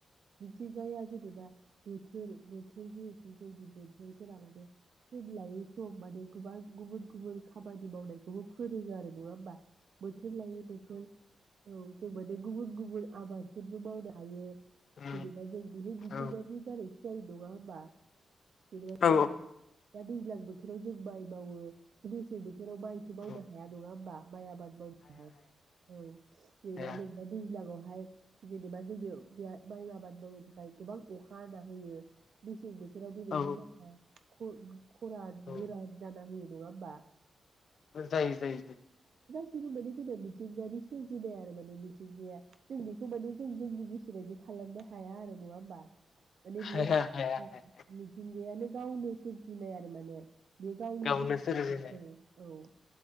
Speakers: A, on the right; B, on the left.
A: मिथिंगाया जेनेबा बोथोर बोथोर जिहेथु जोंनि बोथोर फोरा माने सम लायै सम माने गोबां गुबुन गुबुन खामानि मावनायखौबो फोरोङो आरो नङा होमबा बो बोथोर लायो बोथोर औ। जों माने गुबुन गुबुन आबादफोरबो मावनो हायो।
B: औ
A: जेनेबा जों बेखौ मिथिंगानि
B: औ
A: दारै जायो नङा होनबा? दा
B: औ
A: दैज्लां बो बोथोराव जों माइ मावो मेसें बो बोथोराव मायथ' मावनो
B: औ
A: हाया नङा होमबा। माइ आबाद मावनो हाया औ जेनेबा
B: हाया
A: जेनेबा दैज्लाङाव बाहाय जेनेबा जोंयाव बेराद माइ आबाद मावनो थाखाय गोबां अखा हा होयो मेसें बो बोथोराव बेबायदि
B: औ
A: जाया। खुरग खरान
B: औ
A: गोरान जाना होयो। नङा होमबा?
B: जायो जायो
A: जेरैबादि जोंना मिथिंगानि सोरजिनाय आरो माने मिथिंगाया जों बेखौ माने जों जोंनि गोसोबायदि खालामनो हाया आरो नङा होमबा? माने बियो
B: हाया हाया हाया
A: ओ मिथिंगायानो गावनो सोरजिनाय आरो माने बेयो गावनि
B: गावनो
A: गोस
B: सोरजिनाय
A: औ औ